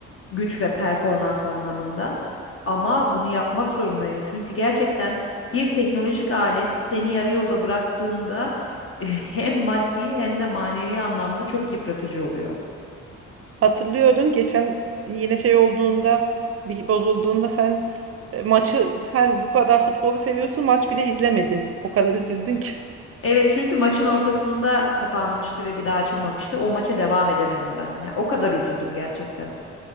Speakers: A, on the left; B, on the right.
A: güç ve performans anlamında. Ama bunu yapmak zorundayım çünkü gerçekten bir teknolojik alet seni yarı yolda bıraktığında <laughs> hem maddi hem de manevi anlamda çok yıpratıcı oluyor.
B: Hatırlıyorum geçen yine şey olduğunda bir bozulduğunda sen e, maçı sen bu kadar futbolu seviyorsun maç bile izlemedin. O kadar üzüldün ki.
A: Evet çünkü maçın ortasında kapanmıştı ve bir daha açılmamıştı. O maça devam edemedim ben. Ya o kadar üzüldüm gerçekten.